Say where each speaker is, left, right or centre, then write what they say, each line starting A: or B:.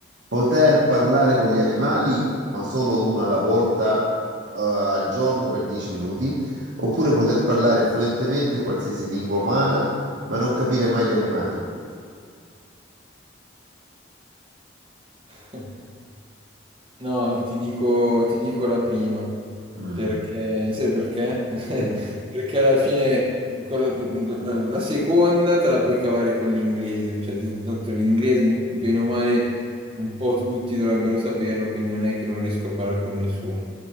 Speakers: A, on the right; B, on the right.
A: poter parlare con gli animali, ma solo una alla volta, eh, al giorno per 10 minuti, oppure poter parlare fluentemente qualsiasi lingua umana, ma non capire mai gli animali?
B: <laughs> No, ti dico, ti dico la prima,
A: Mm.
B: perché sai perché? <laughs>
A: <laughs>
B: Perché alla fine quel- la, la seconda te la puoi cavare con l'inglese, cioè ti- tanto l'inglese bene o male un po' tutti dovrebbero saperlo, quindi non è che non riesco a parlare con nessuno.